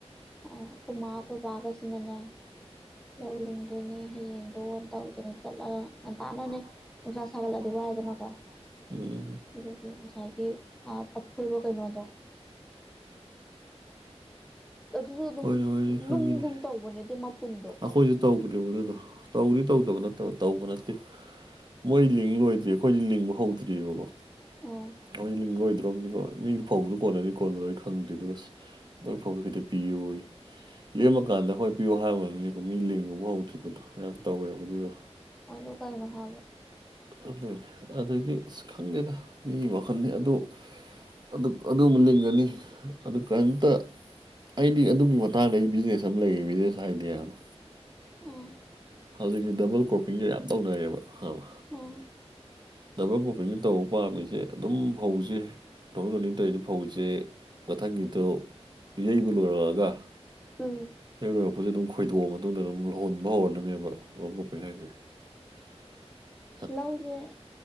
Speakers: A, in the centre; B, on the right.
A: ꯑꯩꯈꯣꯏ ꯃꯥ ꯑꯩꯈꯣꯏꯕꯒꯁꯤꯅꯅꯦ ꯂꯧ ꯂꯤꯡꯗꯣꯏꯅꯦ ꯍꯌꯦꯡꯗꯣ ꯑꯣ ꯇꯧꯗꯅ ꯆꯠꯂꯒ ꯉꯟꯇꯥꯅꯅꯦ
B: <unintelligible>
A: ꯅꯨꯡꯁꯥ ꯁꯥꯒꯠꯂꯗꯤ ꯋꯥꯏꯗꯅꯀꯣ ꯑꯗꯨꯒꯤ ꯉꯁꯥꯏꯒꯤ ꯑꯥ ꯑꯐꯣꯏꯕ ꯀꯩꯅꯣꯗꯣ ꯑꯗꯨꯁꯨ ꯑꯗꯨꯝ
B: ꯍꯣꯏꯅꯦ ꯍꯣꯏꯅꯦ ꯈꯪꯉꯤꯅꯦ
A: ꯂꯨꯝꯒꯨꯝ ꯇꯧꯕꯅꯦ ꯑꯗꯨꯏ ꯃꯄꯨꯟꯗꯣ
B: ꯑꯩꯈꯣꯏꯁꯨ ꯇꯧꯕꯅꯦꯕꯗꯨꯗꯣ ꯇꯧꯗꯤ ꯇꯧꯗꯕ ꯅꯠꯇꯕ ꯇꯧꯕ ꯅꯠꯇꯦ ꯃꯣꯏ ꯂꯤꯡ ꯂꯣꯏꯗ꯭ꯔꯤ ꯑꯩꯈꯣꯏꯗꯤ ꯂꯤꯡꯕ ꯍꯧꯗ꯭ꯔꯤꯕꯑꯀꯣ
A: ꯑꯣ
B: ꯑꯩ ꯂꯤꯡꯕꯣꯏꯗ꯭ꯔꯕꯅꯤꯀꯣ ꯃꯤ ꯐꯥꯎꯕꯗꯨ ꯀꯣꯟꯅꯅꯤ ꯀꯣꯟꯅꯔꯣꯏ ꯈꯪꯗ꯭ꯔꯤ ꯑꯗꯨꯒ ꯅꯣꯢ ꯐꯧꯗꯣ ꯈꯤꯇ ꯄꯤꯑꯣꯢꯌꯦ ꯂꯦꯝꯃꯀꯥꯟꯗ ꯍꯣꯏ ꯄꯤꯌꯣ ꯍꯥꯏꯕꯗꯨꯅꯤꯀꯣ ꯃꯤ ꯂꯤꯡꯕꯕꯧ ꯍꯧꯗ꯭ꯔꯤꯕꯗꯣ ꯌꯥꯝ ꯇꯧꯋꯦꯕ ꯑꯗꯨꯗꯣ
A: ꯑꯗꯨ ꯀꯩꯅꯣ ꯍꯥꯏꯕ
B: ꯑꯗꯨꯅꯤ ꯑꯗꯒꯤ ꯑꯁ ꯈꯪꯗꯦꯗ ꯃꯤ ꯃꯈꯜꯅꯤ ꯑꯗꯨ ꯑꯗꯨ ꯑꯗꯨꯃꯨꯛ ꯂꯤꯡꯒꯅꯤ ꯑꯗꯨ ꯀꯔꯤꯝꯇ ꯑꯩꯗꯤ ꯑꯗꯨꯒꯤ ꯃꯇꯥꯡꯗ ꯑꯩ ꯕꯤꯖꯤꯅꯦꯁ ꯑꯃ ꯂꯩꯌꯦ ꯕꯤꯖꯤꯅꯦꯁ ꯑꯥꯏꯗꯤꯌꯥ ꯑꯃ
A: ꯎꯝ
B: ꯍꯧꯖꯤꯛꯁꯦ ꯗꯕꯜ ꯀ꯭ꯔꯣꯞꯄꯤꯡꯁꯦ ꯌꯥꯝ ꯇꯧꯅꯔꯦꯕ ꯈꯉꯕ
A: ꯎꯝ
B: ꯗꯕꯜ ꯀꯣꯄꯤꯡꯗ ꯇꯧꯕ ꯄꯥꯝꯃꯤꯁꯦ ꯑꯗꯨꯝ ꯐꯧꯁꯦ <unintelligible> ꯇꯧꯔꯤꯖꯦ ꯐꯥꯎꯁꯦ ꯃꯊꯪꯒꯤꯗꯣ ꯌꯩꯕ ꯂꯣꯏꯔꯛꯑꯒ
A: ꯎꯝ
B: ꯑꯌꯨꯛ ꯂꯣꯏꯔꯛꯄꯖꯤꯗ ꯑꯗꯨꯝ ꯈꯣꯏꯗꯣꯛꯑ ꯃꯇꯨꯡꯗ ꯑꯗꯨꯝ ꯂꯧꯍꯣꯟ ꯍꯨꯟꯕ ꯍꯧꯔꯗꯕꯅꯦꯕ ꯗꯥꯕꯜ ꯀꯣꯄꯤꯡ ꯍꯥꯏꯁꯦ <unintelligible>
A: ꯂꯧꯁꯦ